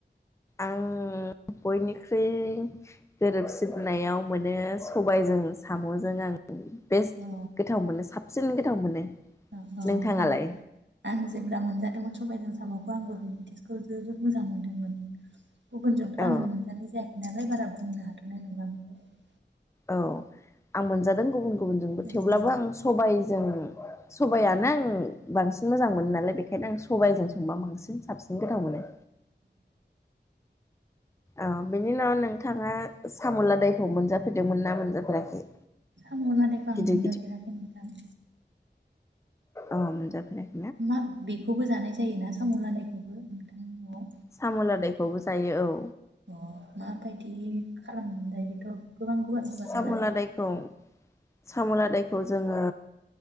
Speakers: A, on the left (about 15°); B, on the right (about 80°).
A: आं बयनिख्रुइ गोरोबसिननायाव मोनो सबायजों सामजों आं। बेस्ट
B: औ
A: गोथाव मोनो साबसिन गोथाव मोनो
B: औ औ
A: नोंथाङालाय
B: आं आं जेब्ला मोनजादोंमोन सबायजों सामखौ आंबो मिथि। बे खौ जोबोद मोजां मोनदोंमोन। गुबुनजोंथ'
A: औ
B: आं मोनजानाय जायाखै नालाय बारा बुंनो हाथनाय नङा। <unintelligible>
A: औ आं मोनजादों गुबुन गुबु गुबुनजोंबो
B: बेखौ।
A: थेवब्लाबो आं सबाय। जों सबायानो आं बांसिन मोजां मोनो नालाय बेखायनो आं सबाइजों संबा बांसिन साबसिन गोथाव मोनो। औ बिनि उनाव नोंथाङा साम'लादायखौ मोनजाफेरदोंमोन ना मोनजाफेराखै?
B: साम लादाय‌ आं
A: गिदिर
B: मोनजाफेराखै नोंथां।
A: ओ- मोनजाफेराखै।
B: मा बे खौबो जानाय जायो ना साम' लादायखौबो नोंथां न'आव?
A: साम' लादायखौबो जायो औ।
B: अ माबायदि खालाम ओमफ्राय बेथ' गोबां गुवार गुवार
A: साम'
B: ना?
A: लादायखौ साम' लादायखौ जोङो